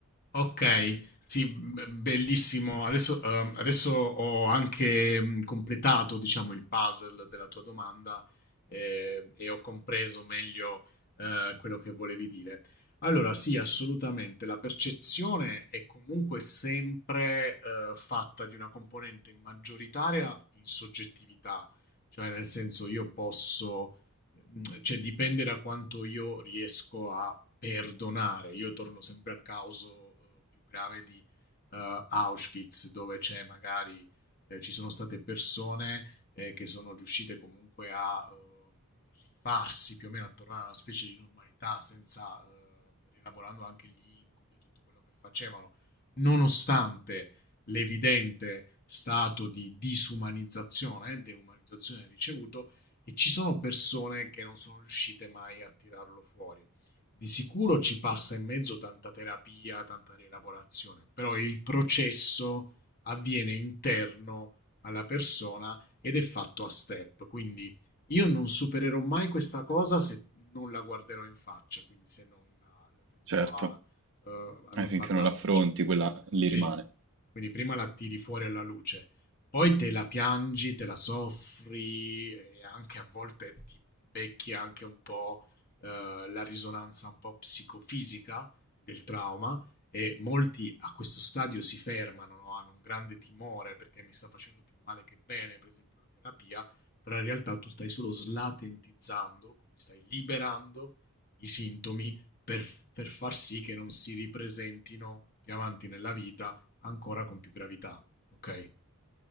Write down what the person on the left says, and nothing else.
Okay, sì, b bellissimo. Adesso uhm, adesso ho anche, mhmm, completato, diciamo, il puzzle della tua domanda, ehm, e ho compreso meglio, uhm, quello che volevi dire. Allora sì, assolutamente, la percezione è comunque sempre, uhm, fatta di una componente maggioritaria in soggettività, cioè nel senso io posso, Mhmm, cioè dipende da quanto io riesco a perdonare. Io torno sempre al caso, uhm, più grave di, uhm, Auschwitz, dove c'è magari ehm, ci sono state persone, ehm, che sono riuscite comunque a, uhm, rifarsi più o meno a tornare a una specie di normalità senza uhm, rielaborando anche gli incubi e tutto quello che facevano, nonostante l'evidente stato di disumanizzazione, deumanizzazione ricevuto e ci sono persone che non sono riuscite mai a tirarlo fuori. Di sicuro ci passa in mezzo tanta terapia, tanta rielaborazione, però il processo avviene interno alla persona ed è fatto a step, quindi io non supererò mai questa cosa se non la guarderò in faccia, quindi se non la, la tenderò
a, uh, a non
parlarne,
eccetera.
Sì,
quindi prima la tiri fuori alla luce. Poi te la piangi, te la soffri e anche a volte ti becchi anche un po' eh, la risonanza un po' psicofisica del trauma e molti a questo stadio si fermano, no? hanno un grande timore perché mi sta facendo più male che bene, per esempio la terapia, però in realtà tu stai solo slatentizzando, quindi stai liberando i sintomi per, per far sì che non si ripresentino più avanti nella vita ancora con più gravità, ok?